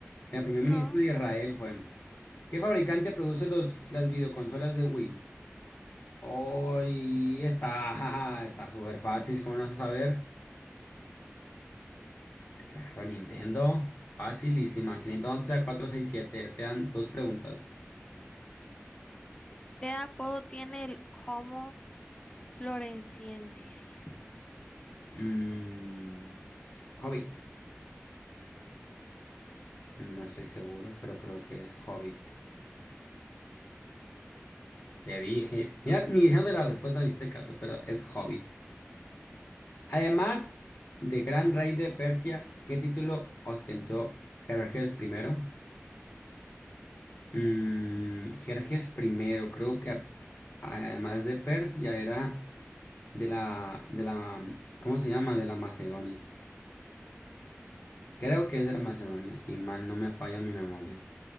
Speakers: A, on the left; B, on the left.
A: El primer
B: No.
A: ministro de Israel fue. ¿Qué fabricante produce los, las videoconsolas de Wii? Hoy está, <laughs> está súper fácil, ¿cómo no vas a saber? Claro, Nintendo, facilísima, 511 a 467, quedan dos preguntas.
B: ¿Qué apodo tiene el Homo floresiensis?
A: Mm, Hobbit, no estoy seguro, pero creo que es Hobbit. Te dije, mira, ni diciéndote la respuesta, en este caso, pero es Hobbit. Además de Gran Rey de Persia, ¿qué título ostentó Jerjes primero? Mm, Jerjes primero, creo que a- además de Persia era... de la, de la, ¿cómo se llama? De la Macedonia. Creo que es de la Macedonia, si mal no me falla mi memoria.